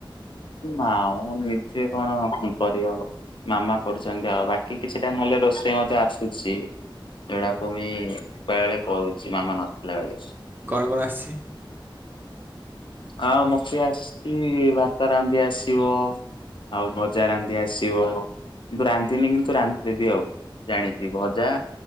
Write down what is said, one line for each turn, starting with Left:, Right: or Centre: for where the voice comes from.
Left: ମାଉ ନିଜେ କଣ କରିବ ମାମା କରୁଛନ୍ତି ଆଉ ବାକି କିଛି ଟା ନହେଲେ ରୋଷେଇ ମଧ୍ୟ ଆସୁଛି। ଏଉୁଡାକୁ ମୁ ବେଳେ ବେଳେ କହୁଛ <unintelligible> ମାମା ନଥିଲା ବେଳେ।
Right: କଣ କଣ ଆସଛି?
Left: ଆଉ ମତେ ଆସିଛି ଭାତ ରାନ୍ଧି ଆସିବ, ଆଉ ଭଜା ରାନ୍ଧି ଆସିବ, କିନ୍ତୁ ରାନ୍ଧିନି କିନ୍ତୁ ରାନ୍ଧିଦେବି ଆଉ ଜାଣିଛି ଭଜା,